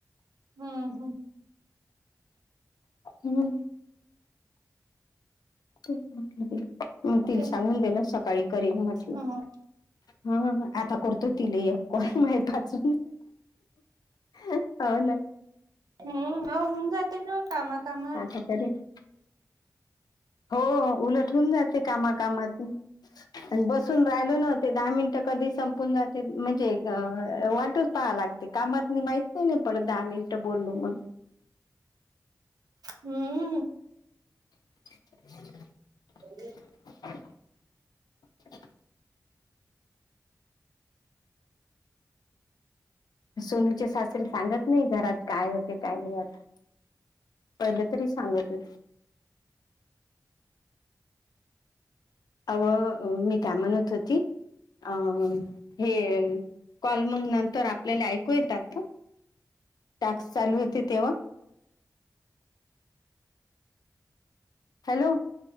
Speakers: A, on the right; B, on the left.
A: हा हम
B: हम् मग तिला
A: तेच
B: सांगून दिलं सकाळी करेन म्हटलं
A: ना मग
B: हा आता करतो ति लेय कोण माहच हो ना
A: हम्म अ होऊन जाते ना कामा कामात
B: आता करीन हो उलट होऊन जाते कामा कामाात आणि बस राहिल नव्ह दहा मिनिटं कधी संपून जाते म्हणजे अ वाटच पहा लागते कामात म माहित नाही नाही पण दहा मिनिटं बोललो म्हण
A: हम्म
B: हम
A: हो
B: <unintelligible> <inaudible> सोनूचे सासरे सांगत नाही घरात काय होते काय नाही आत पहिलं तरी सांगत हो अवं मी काय म्हणत होती अ हे कॉल मग नंतर आपल्याला ऐकू येतात टास्क चालू होते तेव्हा hello